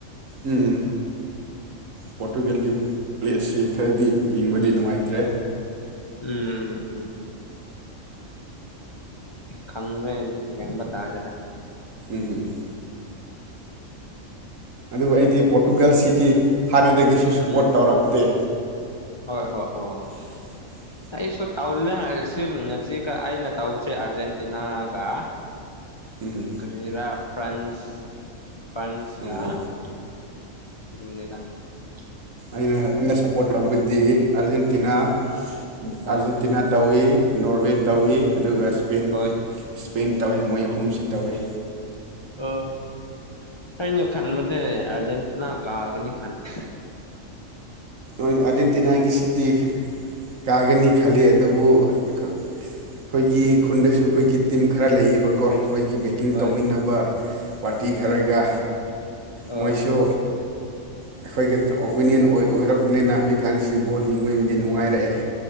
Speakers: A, on the right (about 75°); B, on the left (about 30°).
A: ꯎꯝ ꯄꯣꯇꯨꯒꯜꯒꯤ ꯄ꯭ꯂꯦꯁꯁꯤ ꯈꯔꯗꯤ
B: ꯎꯝ
A: ꯌꯦꯡꯕꯗꯤ
B: ꯎꯝ
A: ꯅꯨꯡꯉꯥꯏꯇ꯭ꯔꯦ
B: ꯎꯝ ꯎꯝ ꯎꯝ ꯈꯪꯗ꯭ꯔꯦ ꯑꯗꯨꯝ ꯌꯦꯡꯕ ꯇꯥꯔꯦꯗ
A: ꯎꯝ ꯑꯗꯨꯕꯨ ꯑꯩꯗꯤ ꯄꯣꯔꯇꯨꯒꯜꯁꯤꯗꯤ ꯍꯥꯟꯅꯗꯒꯤꯁꯨ ꯁꯄꯣꯔꯠ
B: ꯎꯝ
A: ꯇꯧꯔꯛꯇꯦ
B: ꯍꯣꯏ ꯍꯣꯏ ꯑꯣ
A: <unintelligible>
B: ꯑꯩꯁꯨ <unintelligible> <unintelligible> ꯑꯩꯅ ꯇꯧꯕꯁꯦ ꯑꯥꯔꯖꯦꯟꯇꯤꯅꯥꯒ
A: ꯎꯝ
B: ꯀꯔꯤꯔꯥ ꯐ꯭ꯔꯥꯟꯁ ꯐ꯭ꯔꯟꯁꯒꯥ
A: ꯑꯣ
B: <unintelligible>
A: ꯑꯩꯅ ꯑꯩꯅ ꯁꯞꯄꯣꯔꯠ ꯇꯧꯕꯗꯤ ꯑꯥꯔꯖꯦꯟꯇꯤꯅꯥ ꯑꯥꯔꯖꯦꯟꯇꯤꯅꯥ
B: ꯑꯥ
A: ꯇꯧꯋꯤ ꯅꯣꯔꯋꯦ ꯇꯧꯋꯤ
B: ꯍꯣꯏ
A: ꯑꯗꯨꯒ ꯏꯁꯄꯦꯟ
B: ꯍꯣꯏ
A: ꯏꯁꯄꯦꯟ ꯇꯧꯋꯤ ꯃꯣꯏ ꯑꯍꯨꯝꯁꯤ ꯇꯧꯏꯤ
B: ꯑꯥ ꯑꯩꯅꯥ ꯈꯟꯕꯗ ꯑꯔꯖꯦꯟꯇꯤꯅꯥ ꯀꯥꯒꯅꯤ <unintelligible>
A: ꯑꯥꯔꯖꯦꯟꯇꯤꯅꯥꯒꯤꯁꯤꯗꯤ ꯀꯥꯒꯅꯤ ꯈꯜꯂꯤ ꯑꯗꯨꯕꯨ ꯑꯩꯈꯣꯏꯒꯤ ꯈꯨꯟꯗꯁꯨ ꯑꯩꯈꯣꯏꯒꯤ ꯇꯤꯝ ꯈꯔ ꯂꯩꯌꯦꯕꯀꯣ ꯑꯩꯈꯣꯏꯒꯤ ꯕꯦꯇꯤꯡ
B: ꯍꯣꯏ
A: ꯇꯧꯃꯤꯟꯅꯕ ꯄꯥꯔꯇꯤ ꯈꯔꯥꯒ
B: ꯍꯣꯏ
A: ꯃꯣꯏꯁꯨ
B: ꯑꯣ ꯍꯣꯏ
A: ꯑꯩꯈꯣꯏꯒꯤ ꯑꯣꯄꯤꯅꯤꯌꯟ ꯑꯣꯏꯔꯛꯄꯅꯤꯅ ꯍꯧꯖꯤꯛꯀꯥꯟꯁꯤ ꯕꯣꯜ ꯌꯦꯡꯕꯩꯕꯨꯗꯤ ꯅꯨꯡꯉꯥꯏꯔꯛꯑꯦ